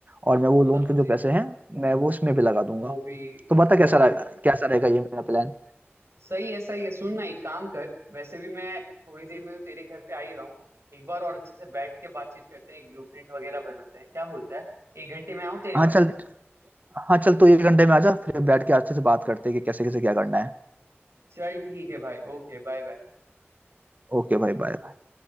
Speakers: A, on the right; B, on the right.
A: और मैं वो लोन
B: समझ
A: के जो
B: गया
A: पैसे हैं मैं वो उसमें भी लगा दूंगा
B: वो भी
A: तो बता कैसा
B: हो
A: रहेगा
B: जाएगा
A: कैसा रहेगा ये मेरा प्लान
B: सही है सही है सुन ना एक काम कर वैसे भी मैं थोड़ी देर में तो तेरे घर पे आ ही रहा हूँ एक बार और अच्छे से बैठ के बातचीत करते हैं एक ब्लूप्रिंट वगैरह बनाते हैं क्या बोलता है एक घंटे में आऊँ तेरे
A: हाँ
B: पास
A: चल हाँ चल तू एक घंटे में आ जा फिर बैठ के अच्छे से बात करते हैं कि कैसे कैसे क्या करना है
B: चल ठीक है भाई ओके बाय बाय
A: ओके भाई बाय